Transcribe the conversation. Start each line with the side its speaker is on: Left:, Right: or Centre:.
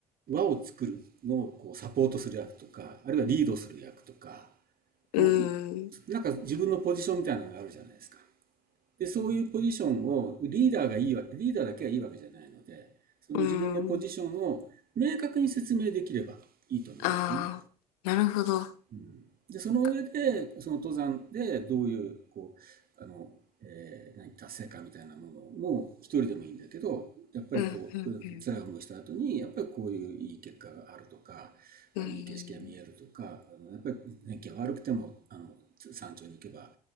Right: 輪を作るのをこうサポートする役とか、あるいはリードする役とか、こ
Left: うん。
Right: う、なんか自分のポジションみたいなのがあるじゃないですか。で、そういうポジションをリーダーがいいわけリーダーだけがいいわけじゃないので、その自分のポジションを明確に説明できればいいと思いますね。
Left: うん。ああ、なるほど。
Right: うん、で、その上で、
Left: か
Right: その登山でどういう、こう、あの、えー、何、達成感みたいなものも一人でもいいんだけど、やっぱりこう、
Left: うん、うん、
Right: うん辛い思いした後に、
Left: うん。
Right: やっぱりこういういい結果があるとか、
Left: うん。
Right: あいい景色が見えるとか、あのやっぱり天気が悪くても、あの、山頂に行けば、